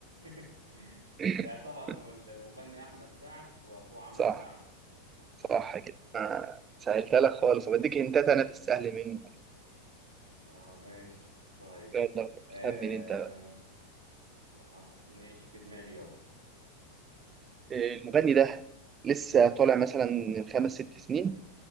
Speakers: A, on the right (about 80°); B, on the right (about 25°).
A: <laughs>
B: <laughs>
A: يعني طبعا هو المغني أحمد سعد وأخوه عمرو
B: صح
A: سعد
B: صح كده آه. سهلتها لك خالص طب أديك هنتات أنا في السهل منه
A: آه ماشي طيب
B: يلا
A: آه
B: خمن أنت بقى.
A: حط ماشي في دماغي يلا
B: إيه، المغني ده لسه طالع مثلا من خمس ست سنين